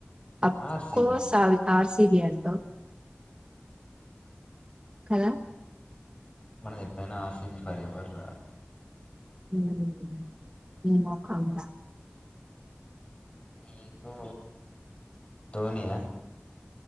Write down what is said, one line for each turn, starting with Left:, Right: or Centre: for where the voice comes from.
Right: ఆఫీసర్స్
Left: ఆర్సిబి
Right: అది ఆర్ సి బి అంటావు కదా
Left: మనది ఎప్పుడేనా ఆర్ సి బి ఫరెవర్ రా
Right: హ్మ్ నీ మొఖం రా
Left: నీకు ధోనియా.